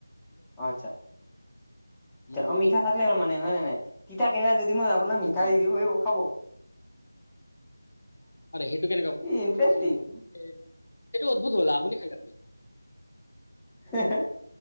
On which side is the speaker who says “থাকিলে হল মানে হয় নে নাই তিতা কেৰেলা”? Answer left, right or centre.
Centre